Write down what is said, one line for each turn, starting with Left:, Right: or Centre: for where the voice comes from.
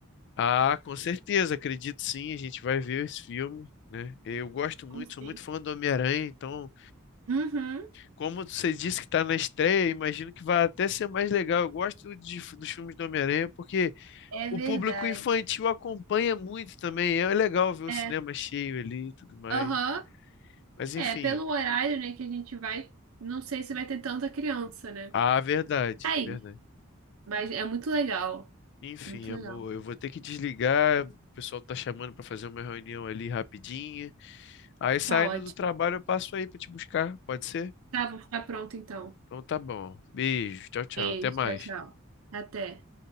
Left: Ah, com certeza, acredito sim, a gente vai ver esse filme, né? Eu gosto muito,
Right: Como assim?
Left: sou muito fã do Homem-Aranha, então,
Right: Uhum,
Left: como você disse que está na estreia, imagino que vai até ser mais legal. Eu gosto de- dos filmes do Homem-Aranha porque
Right: é
Left: o
Right: verdade.
Left: público infantil acompanha muito também, é legal ver o
Right: É.
Left: cinema cheio ali e tudo mais.
Right: Aham.
Left: Mas enfim.
Right: É, pelo horário, né, que a gente vai, não sei se vai ter tanta criança, né?
Left: Ah, verdade,
Right: Aí,
Left: verdade.
Right: mas é muito legal.
Left: Enfim,
Right: Muito
Left: amor,
Right: legal.
Left: eu vou ter que desligar. O pessoal tá chamando pra fazer uma reunião ali rapidinha. Aí saindo
Right: Tá ótimo.
Left: do trabalho eu passo aí pra te buscar, pode ser?
Right: Tá, vou ficar pronto então.
Left: Então tá bom. Beijo, tchau, tchau.
Right: Beijo,
Left: Até mais.
Right: tchau, tchau. Até.